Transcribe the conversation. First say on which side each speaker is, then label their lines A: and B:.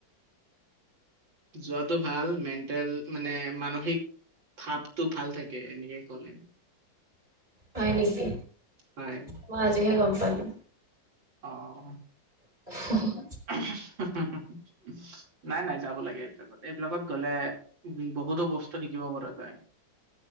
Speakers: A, on the right (about 80°); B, on the right (about 25°).
A: যোৱাটো ভাল মেণ্টেল মানে মানসিক ভাপটো ভাল থাকে এনেকে কলে।
B: হয় নিকি
A: হয়
B: মই আজিহে গম পালো।
A: অ',
B: <unintelligible>
A: <unintelligible> নাই নাই যাব লাগে এইবিলাকত এইবিলাকত গলে বহুতো বস্তু শিকিব পৰা যায়।